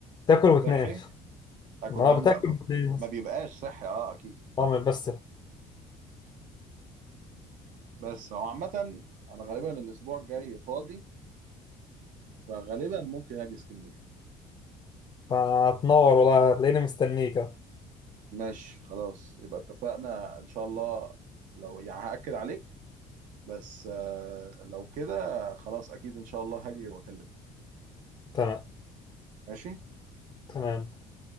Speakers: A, on the left; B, on the right.
A: تاكل وتنام
B: صحي
A: <laughs>
B: اكل
A: اه
B: وانام
A: بتاكل
B: بقى ما
A: وتنام
B: ما بيبقاش صحي اه اكيد
A: اه بس
B: بس هو عامة انا غالبا الاسبوع الجاي فاضي فغالبا ممكن اجي اسكندرية
A: فهتنور والله هتلاقيني مستنيك أهو.
B: ماشي خلاص يبقى اتفقنا ان شاء الله لو يعني هأكد عليك بس آه، لو كده خلاص اكيد ان شاء الله هاجي واكلمك
A: تمام
B: ماشي
A: تمام